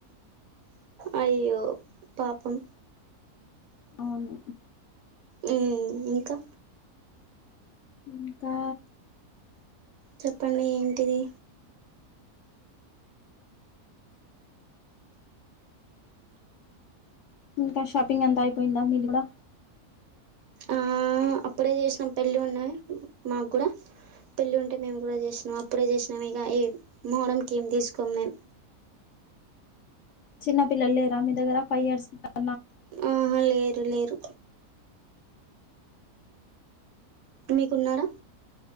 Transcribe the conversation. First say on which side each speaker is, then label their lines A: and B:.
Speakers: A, on the right; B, on the left.
A: అయ్యో పాపం
B: అవును
A: మ్ ఇంకా
B: ఇంకా
A: చెప్పండి ఏంటిది
B: ఇంకా షాపింగ్ అంత అయిపోయిందా మీది కూడా
A: ఆ అప్పుడే చేసినం పెళ్ళి ఉన్నాయి మాకు కూడా పెళ్ళి ఉంటే మేము కూడా చేసినాం అప్పుడే చేసినాము ఇగ ఏ మోహరంకి ఏం తీసుకొం మేము
B: చిన్న పిల్లలు లేరా మీ దగ్గర ఫైవ్ ఇయర్స్ బ
A: ఆహా లేరు లేరు మీకున్నారా